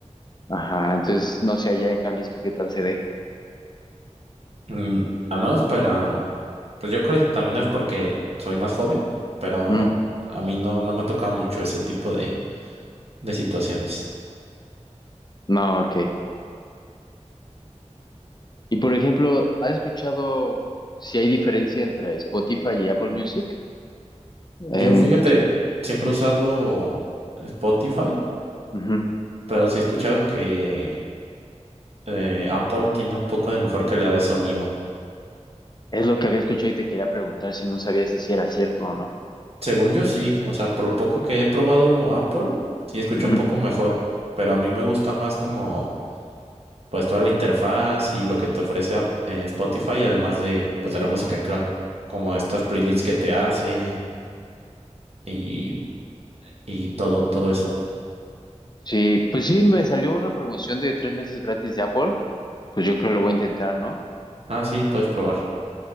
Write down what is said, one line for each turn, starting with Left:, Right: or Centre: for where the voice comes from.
Left: Ajá, entonces no sé allá en Jalisco qué tal se dé.
Right: Mm, al menos para, pues yo creo que también no es porque soy más joven, pero
Left: Mm,
Right: a mí no, no me ha tocado mucho ese tipo de, de situaciones.
Left: no, ok. Y por ejemplo, ¿has escuchado si hay diferencia entre Spotify y Apple Music?
Right: Yo,
Left: En,
Right: fíjate, siempre he usado Spotify,
Left: Ujú.
Right: pero sí he escuchado que eh, Apple tiene un poco de mejor calidad de sonido.
Left: Es lo que había escuchado y te quería preguntar si no sabías si sí era cierto o no.
Right: Según yo sí, o sea, por lo poco que he probado Apple, sí escucho
Left: Ujú.
Right: un poco mejor, pero a mí me gusta más como pues toda la interfaz y lo que te ofrece Ap- eh, Spotify, además de, pues de la música, claro, como estas playlists que te hace y, y todo, todo eso.
Left: Sí, pues sí, me salió una promoción de tres meses gratis de Apple, pues yo creo lo voy a intentar, ¿no?
Right: Ah, sí, puedes probar.